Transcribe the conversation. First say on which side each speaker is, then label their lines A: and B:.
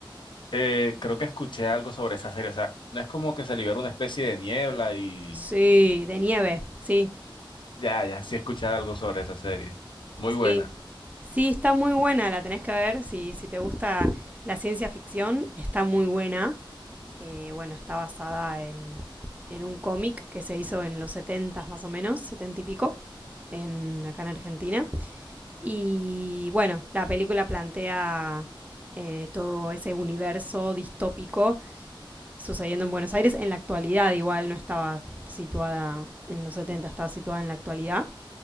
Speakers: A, on the left; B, on the right.
A: eh, creo que escuché algo sobre esa serie. O sea, no es como que se libera una especie de niebla y
B: Sí, de nieve, sí,
A: ya, ya, sí escuché algo sobre esa serie. Muy
B: sí.
A: buena.
B: Sí, está muy buena, la tenés que ver. Si, si te gusta la ciencia ficción, está muy buena. Eh, bueno, está basada en, en un cómic que se hizo en los 70 más o menos, 70 y pico, en, acá en Argentina. Y bueno, la película plantea eh, todo ese universo distópico sucediendo en Buenos Aires, en la actualidad igual, no estaba situada en los 70, estaba situada en la actualidad.